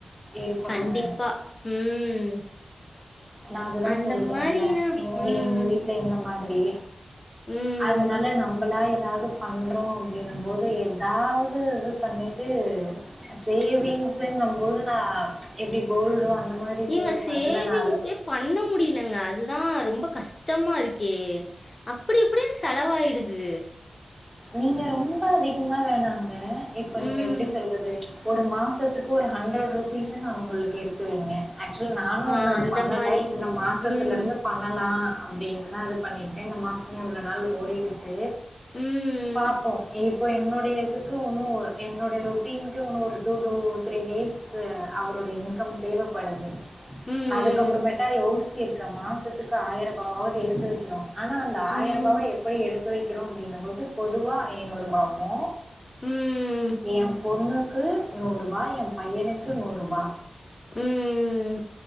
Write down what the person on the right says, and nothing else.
இருக்கணுங்க.
நா அதுதா
சொல்ரேன்ல
இங்க
எங்க வீட்ல இந்த மாதிரி
அதனால நம்மளா எதாது பண்றோ அப்டினு போது எதாவது இது பண்ணிட்டு சேவிங்ஸுன்னு போது நா எப்டி கோல்டோ அந்த மாதிரி
சேவ்
பண்லனா
நீங்க ரொம்ப அதிகமா வேணாங்க இப்ப நீங்க
எப்டி சொல்றது ஒரு மாசத்துக்கு ஒரு ஹண்ட்ரட் ருபீஸ்ன்னு அவுங்களுக்கு எடுத்து வைங்க ஆக்சுவலி நானு
இன்னு அது
பண்ணல
இந்த மாசத்துல
ருந்து பண்ணலா அப்டின்னுதா இது பண்ணிட்டு இந்த மாசமே இவ்ளோ நாள் ஓடிடுச்சு
பாப்போ இப் போ என்னுடைய இதுக்கு உன்னு என்னுடைய ரொட்டின்க்கு உன்னு ஒரு டூ டூ த்ரீ டேஸ் சு அவரோடைய இன்கம் தேவப்படுது
அதுக்கப்பறமேட்டா யோசிச்சுருக்க மாசத்துக்கு ஆயிர ரூபாவது எடுத்து வெக்கனு ஆனா அந்த
ஆயிர ரூபாவ எப்டி எடுத்து வெக்கிறோ அப்டின்னும்போது பொதுவா ஐநூறு ரூபாவு
என் பொண்ணுக்கு நூரூபா என் பையனுக்கு நூரூபா